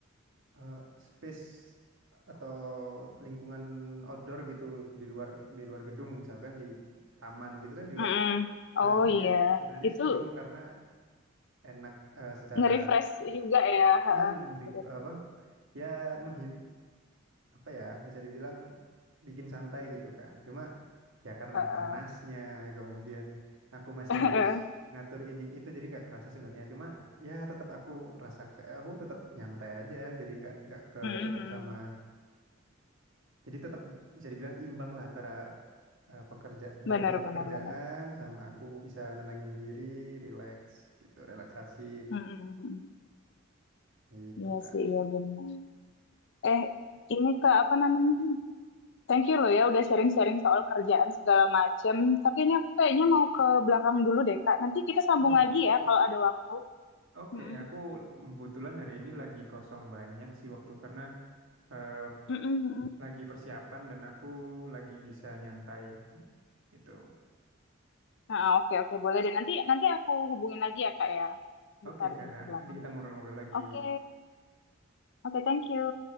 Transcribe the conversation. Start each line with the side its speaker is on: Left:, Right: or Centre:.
Right: eh, space atau lingkungan outdoor gitu di luar di luar gedung misalkan di taman gitu kan juga
Left: hmm, hmm. Oh
Right: Eh, sebenarnya
Left: iya,
Right: sebenarnya
Left: itu
Right: seru karena enak eh, secara
Left: nge-refresh juga ya. Heeh.
Right: eh, beri,
Left: Bener-bener.
Right: apa ya menghil apa ya bisa dibilang bikin santai gitu kan cuma ya karena
Left: Heeh.
Right: panasnya kemudian aku masih
Left: <laughs>
Right: harus ngatur ini itu jadi nggak kerasa sebenarnya cuma ya tetap aku rasa ke- aku tetap nyantai aja jadi nggak nggak ketutup
Left: Hmm, hmm,
Right: sama
Left: hmm.
Right: jadi tetap bisa dibilang imbang lah antara eh, pekerja beratnya
Left: Bener,
Right: pekerjaan
Left: bener, bener.
Right: sama aku bisa nenangin diri relax gitu relaksasi
Left: Hmm, hmm, hmm. hmm.
Right: gitu
Left: Iya
Right: kak
Left: sih, iya benar. Eh, ini Kak, apa namanya? Thank you loh ya udah sharing-sharing soal kerjaan segala macem. Tapi ini aku kayaknya mau ke belakang dulu deh Kak. Nanti kita sambung
Right: oh iya
Left: lagi ya kalau ada waktu.
Right: Oke,
Left: Mm-mm.
Right: aku kebetulan hari ini lagi kosong banyak sih waktu karena eh,
Left: Mm-mm, mm-mm.
Right: lagi persiapan dan aku lagi bisa nyantai gitu.
Left: Nah, oke oke boleh deh. Nanti nanti aku hubungin lagi ya Kak ya. Bentar
Right: Oke, Kak.
Left: ini ke belakang
Right: Nanti kita
Left: dulu.
Right: ngobrol-ngobrol lagi.
Left: Oke, oke thank you.